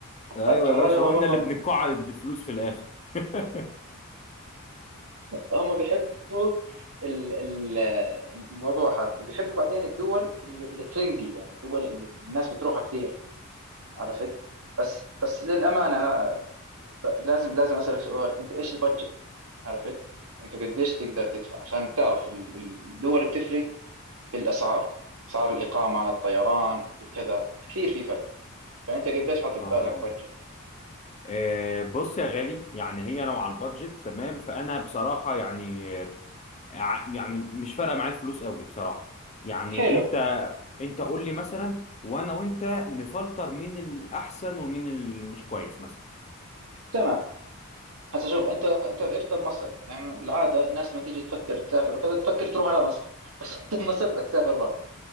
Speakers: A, on the left; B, on the right.
A: ايوه
B: ف- فهذا
A: يا باشا
B: الموضوع
A: واحنا اللي بنقعد فلوس في الاخر <laughs>
B: هم بيحبوا ال- ال- الموضوع هذا وبيحبوا بعدين الدول اللي ترندي يعني الدول اللي الناس بتروحها كثير عرفت بس بس للأمانة أنا ب- لازم لازم أسألك سؤال أنت إيش البادجت عرفت أنت قديش تقدر تدفع عشان تعرف ال- ال- الدول بتفرق في الأسعار أسعار الإقامة الطيران الكذا كثير في فرق فأنت قديش حاطط
A: آه
B: بالك بادجت يعني
A: آه، بص يا غالي يعني هي لو على البادجت تمام فأنا بصراحة يعني ع- يعني مش فارقه معايا الفلوس قوي بصراحه يعني
B: حلو
A: انت انت قول لي مثلا وانا وانت نفلتر مين الاحسن ومين اللي مش كويس مثلا
B: تمام هسا شوف انت انت وقفت بمصر يعني بالعاده الناس لما تيجي تفكر تسافر وكذا تفكر تروح على مصر <laughs> بس انت بمصر بدك تسافر برا